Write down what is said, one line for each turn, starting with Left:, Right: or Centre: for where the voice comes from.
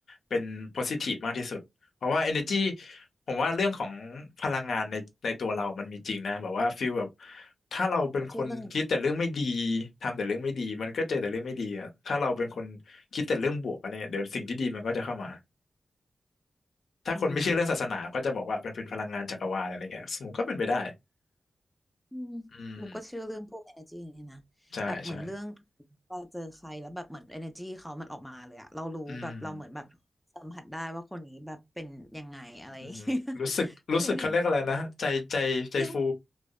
Left: เป็น positive มากที่สุดเพราะว่า energy ผมว่าเรื่องของพลังงานในในตัวเรามันมีจริงนะแบบว่าฟีลแบบถ้าเราเป็นคนคิดแต่เรื่องไม่ดี
Centre: ก็เชื่อเรื่อง
Left: ทำแต่เรื่องไม่ดีมันก็เจอแต่เรื่องไม่ดีอะถ้าเราเป็นคนคิดแต่เรื่องบวกอะไรเนี่ยเดี๋ยวสิ่งที่ดีมันก็จะเข้ามาถ้าคนไม่เชื่อเรื่องศาสนาก็จะบอกว่าเป็นเป็นพลังงานจักรวาลอะไรเงี้ยสมมติก็เป็นไปได้
Centre: อืมอืม
Left: อืม
Centre: บุกก็เชื่อเรื่องพวก energy นี่นะแบบเหมือนเรื่อง
Left: ใช่ใช่
Centre: เราเจอใครแล้วแบบเหมือน energy เขามันออกมาเลยอะเรารู้แบบเราเหมือนแบบสัมผัสได้ว่าคนนี้แบบเป็นยังไงอะไร
Left: อืม
Centre: <laughs>
Left: อืมรู้สึกรู้สึกเขาเรียกอะไรนะใจใจใจฟู
Centre: ไม่รู้ดิมันเรียกว่า